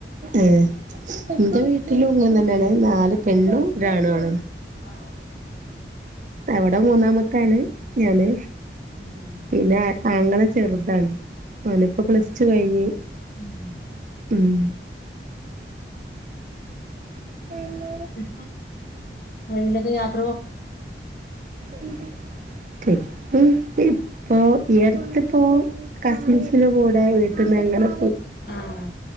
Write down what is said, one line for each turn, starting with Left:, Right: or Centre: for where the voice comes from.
Right: ഏ എന്റെ വീട്ടിലും ഇങ്ങനെ തന്നെയാണ് നാല് പെണ്ണും ഒണു ആമാണ്
Left: ആ
Right: അവിടെ മൂന്നാമത്താണ് ഞാന്
Left: ഉം
Right: പിന്നെ ആങ്ങളെ ചെറുതാണ് അവനിപ്പോ പ്ലസ് ടു കഴിഞ്ഞ്
Left: ഉം
Right: ഉം ഉം <unintelligible>
Left: ഇ ട്രെയിലൊക്കെയാത്ര
Right: <inaudible> ഇപ്പൊ ഇടുത്ത്പ്പോ കസിൻസിന്റെ കൂടെ വീട്ടന്ന് എങ്ങനെ
Left: ആഹ്